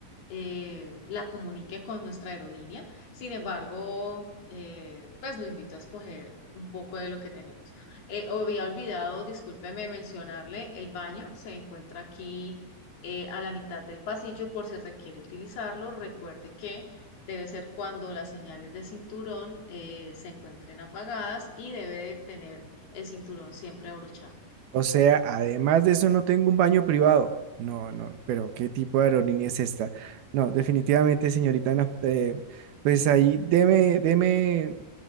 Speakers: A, on the left (about 75°); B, on the right (about 75°).
A: eh, la comunique con nuestra aerolínea. Sin embargo, eh, pues lo invito a escoger un poco de lo que tenemos. Eh, había olvidado, discúlpeme mencionarle, el baño se encuentra aquí eh, a la mitad del pasillo por si requiere utilizarlo. Recuerde que debe ser cuando las señales de cinturón eh, se encuentren apagadas y debe de tener el cinturón siempre abrochado.
B: O sea, además de eso no tengo un baño privado. No, no, pero ¿qué tipo de aerolínea es esta? No, definitivamente, señorita, no. eh, pues ahí, deme, deme,